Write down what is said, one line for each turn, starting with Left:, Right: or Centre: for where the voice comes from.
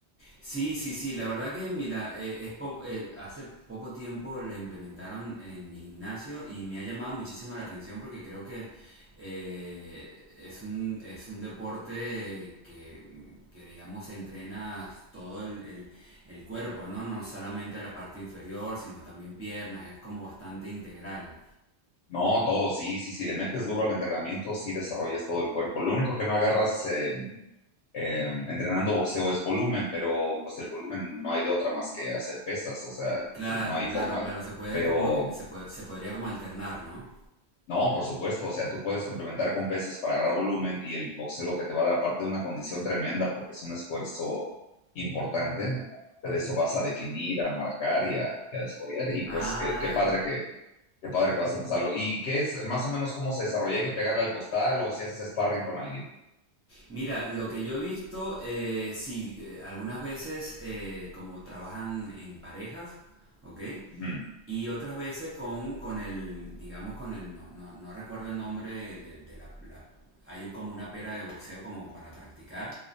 Right: Sí, sí, sí, la verdad que mira, eh, es po- eh, hace poco tiempo la implementaron en mi gimnasio y me ha llamado muchísimo la atención porque creo que eh, es un, es un deporte que, que, digamos entrena todo el, el- el cuerpo, ¿no? No solamente la parte inferior, sino también piernas, es como bastante integral.
Left: No, todo, sí, sí, si le metes duro al entrenamiento, sí desarrollas todo el cuerpo. Lo único que no agarras eh, eh, entrenando boxeo es volumen, pero pues el volumen no hay de otra más que hacer pesas, o sea,
Right: Claro,
Left: no hay
Right: claro,
Left: forma,
Right: claro, se puede
Left: pero
Right: como, que- se puede- se podría como alternar, ¿no?
Left: No, por supuesto, o sea, tú puedes complementar con pesas para agarrar volumen y el boxeo lo que te va a dar aparte de una condición tremenda porque es un esfuerzo importante, aparte de eso vas a definir, a marcar y a, y a desarrollar y
Right: Ah,
Left: pues qué, qué padre que, qué padre que vas a empezarlo. ¿Y qué es más o menos cómo se desarrolla? ¿Hay que pegarle al costal o si haces sparring con alguien?
Right: Mira, lo que yo he visto, eh, sí, que algunas veces eh, como trabajan en parejas, ¿ok?
Left: Ujú,
Right: Y otras veces con, con el, digamos, con el, no, no, no recuerdo el nombre de, de la, la- hay como una pera de boxeo como para practicar,